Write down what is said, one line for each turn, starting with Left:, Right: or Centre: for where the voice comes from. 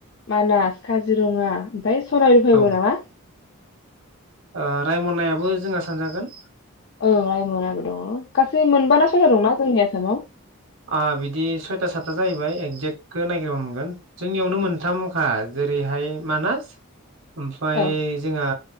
Left: मानास काजिरङा ओमफ्राय सनाय रुफायबो
Right: औ
Left: नामा?
Right: ओ रायमनायाबो जोंहा सानजागोन।
Left: ओ राइमनाबो दङो। गासै मोनबाना सयथा दंना जोंनि आसामाव?
Right: आंहा बिदि सयथा सात जाहैबाय एकजेक्टखौ नायागिरबा मोनगोन जोंनियावनो मोनथामखा जेरैहाय मानास ओमफ्राय
Left: औ
Right: जोंहा